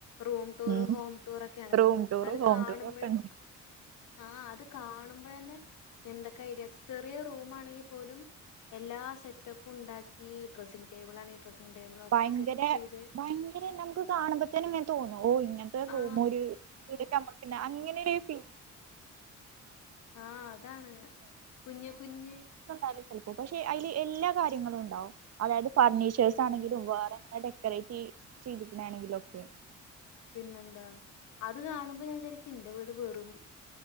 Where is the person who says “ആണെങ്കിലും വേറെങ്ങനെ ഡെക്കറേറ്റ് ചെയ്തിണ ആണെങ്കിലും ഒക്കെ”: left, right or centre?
Right